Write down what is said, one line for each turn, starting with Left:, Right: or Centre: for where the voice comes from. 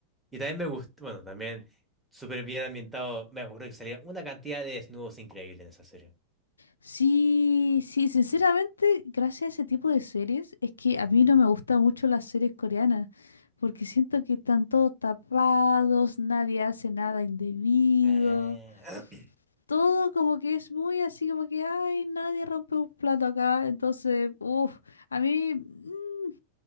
Centre: Y también me gustó, bueno, también súper bien ambientado, me acuerdo que salía una cantidad de desnudos increíbles en esa serie.
Left: Sí, sí, sinceramente, gracias a ese tipo de series, es que a mí
Centre: Ujú.
Left: no me gustan mucho las series coreanas, porque siento que están todos tapados, nadie hace nada indebido,
Centre: Ah, <clears throat>
Left: todo como que es muy así, como que, ay, nadie rompe un plato acá, entonces, uff, a mí mm,